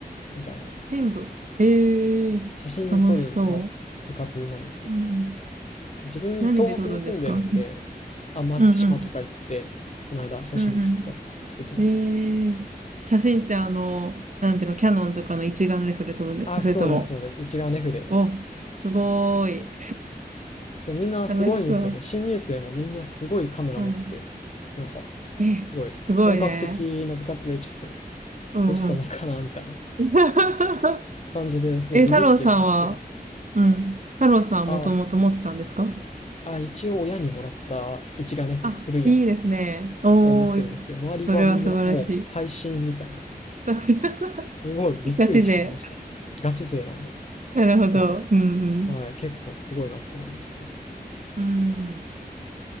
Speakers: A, on the left; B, on the right.
A: みたいな。
B: 新部。ええー、
A: 写真撮るさ、
B: 楽しそ
A: 部活なんですけど。
B: う。うんうん
A: 自分、
B: 何で撮るんですか写真
A: 東北に住んでるんで、あ、松島とか行って、
B: うんうん
A: この間写真撮ったりしてきました。
B: うんうん。えー、写真ってあの、なんていうの、キャノンとかの一眼レフで撮るんですかそれとも、
A: あ、そうです、そうです。一眼レフで。
B: お、すごーい。
A: そう、
B: <laughs>
A: みんなすごいんですよね。
B: 楽しそう。
A: 新入生もみんなすごいカメラ持ってて、
B: うん。
A: なんか、
B: え、
A: すごい本格的な部活でちょっと、
B: すごいね。うんうん。
A: どうしたもんかな、みたいな
B: <laughs>
A: 感じですごいビビってるんですけど。
B: え、太郎さんは、うん。太郎さんはもともと持ってたんですか
A: あ、あ、一応親にもらった一眼レフ、
B: あ、
A: 古いやつ
B: いいですね。おー、
A: を持ってるんですけど、周りはみんなもう最新みたいな
B: それは素晴らしい。<laughs>
A: すごいびっくりしちゃいました。
B: ガチで。
A: ガチ勢なんで。
B: なるほど。
A: じゃ
B: うん
A: あ、はい、結構すごいなと思いましたね。
B: うん。うん。